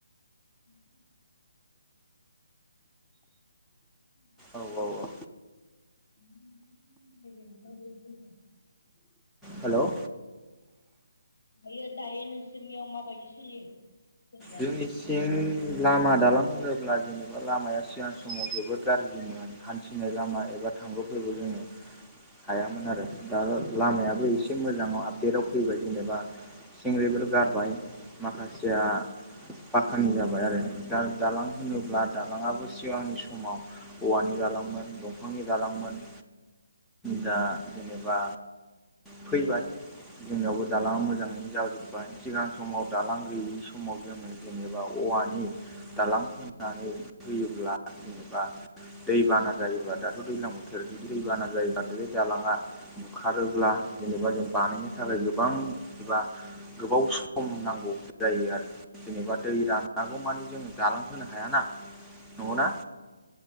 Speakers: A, on the left; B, in the centre.
A: उम <unintelligible>
B: औ औ औ
A: <unintelligible>
B: हेल'
A: दायो दायो नोंसोरनियाव माबायदि सोलियो? जेनेबा
B: जोंनि थिं लामा दालां होनोब्ला जेनेबा लामाया सिगां समाव जोबोर गाज्रिमोन। हान्थिनाय लामा एबा थांगलौफोरबो जोङो हायामोन आरो। दा लामायाबो एसे मोजाङाव आपदेटआव फैबाय जेनेबा थंलि बे गार जाबाय माखासेया फाखानि जाबाय आरो दा दालां होनोब्ला दालाङाबो सिगांनि समाव औवानि दालांमोन दंफांनि दालांमोन। दा जेनेबा फैबाय जोंनियावबो दालाङा मोजां मोजाङैनो जाजोबबाय सिगां समाव दालां गैयि समाव जोङो जेनेबा औवानि दालां होनानै होयोब्ला जेनेबा दैबाना जायोबा दाथ' दैज्लां बोथोर जुदि दैबाना जायोबाथ' बे दालाङा बुखारोब्ला जेनेबा जों बानायनो थाखाय गोबां एबा गोबाव सम नांगौ जायो आरो जेनेबा दै राननांगौ मानि जोङो जालांहोनो हायाना नङ ना